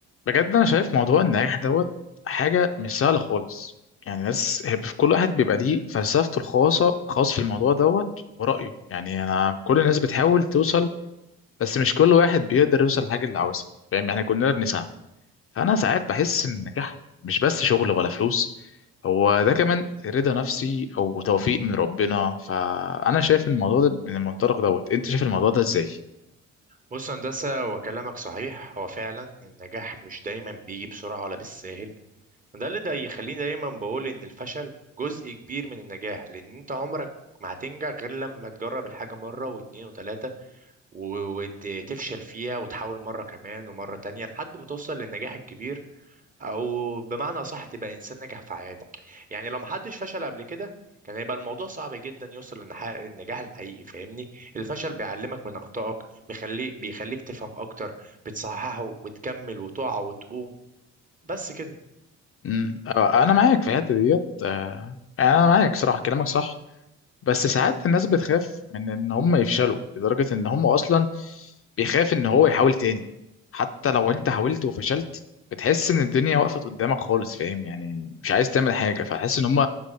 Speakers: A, on the left (about 45°); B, on the right (about 25°).
A: بجد انا شايف موضوع النجاح دوت حاجه مش سهله خالص يعني ناس هي في كل واحد بيبقى ليه فلسفته الخاصه خاص في الموضوع دوت ورايه يعني انا كل الناس بتحاول توصل بس مش كل واحد بيقدر يوصل للحاجه اللي عاوزها فاهم يعني كلنا بنسعى فانا ساعات بحس ان النجاح مش بس شغل ولا فلوس هو ده كمان رضا نفسي او توفيق من ربنا فانا شايف الموضوع ده من المنطلق دوت انت شايف الموضوع ده ازاي
B: بص يا هندسة وكلامك صحيح هو فعلا النجاح مش دايما بيجي بسرعة ولا بالساهل ده اللي ده يخليني دايما بقول إن الفشل جزء كبير من النجاح لأن أنت عمرك ما هتنجح غير لما تجرب الحاجة مرة واتنين وتلاتة و- وتفشل فيها وتحاول مرة كمان ومرة تانية لحد ما توصل للنجاح الكبير او بمعنى اصح تبقى انسان ناجح في حياتك يعني لو محدش فشل قبل كده كان هيبقى الموضوع صعب جدا يوصل للنح- للنجاح الحقيقي فاهمني الفشل بيعلمك من اخطائك بيخليك بيخليك تفهم اكتر بتصححه وتكمل وتقع وتقوم بس كده
A: امم انا معاك في الحته ديت آه، يعني انا معاك صراحه كلامك صح بس ساعات الناس بتخاف من ان هم يفشلوا لدرجة ان هم اصلا بيخاف ان هو يحاول تاني حتى لو انت حاولت وفشلت بتحس ان الدنيا وقفت قدامك خالص فاهم يعني مش عايز تعمل حاجة فتحس ان هم